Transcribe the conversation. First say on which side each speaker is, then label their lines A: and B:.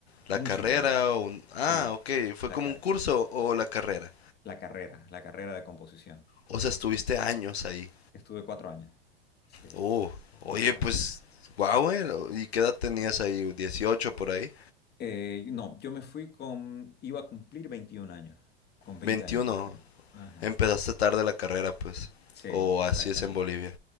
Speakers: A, on the left (about 85°); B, on the left (about 35°).
A: ¿La
B: Música,
A: carrera o un...
B: sí,
A: Ah, ok. ¿Fue
B: la,
A: como
B: car-
A: un curso o la carrera?
B: la carrera, la carrera de composición.
A: O sea, estuviste años ahí.
B: Estuve cuatro años, sí,
A: Oh, oye,
B: cuatro
A: pues,
B: años.
A: guau, eh. ¿Y qué edad tenías ahí? Dieciocho por ahí?
B: Eh, no, yo me fui con, iba a cumplir 21 años, con 20
A: veintiuno,
B: años me fui. Ajá.
A: Empezaste tarde la carrera, pues.
B: Sí,
A: O
B: exactamente.
A: así es en Bolivia.